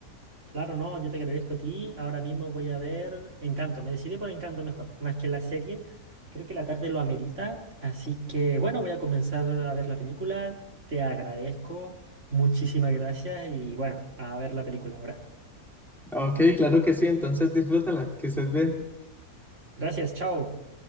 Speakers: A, on the right (about 50°); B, in the centre.
A: Claro, no, yo te agradezco a ti. Ahora mismo voy a ver Encanto. Me decidí por Encanto mejor, más que la serie. Creo que la tarde lo amerita. Así que bueno, voy a comenzar a ver la película. Te agradezco. Muchísimas gracias y bueno, a ver la película ahora.
B: Ok, claro que sí, entonces disfrútala, que estés bien.
A: Gracias, chao.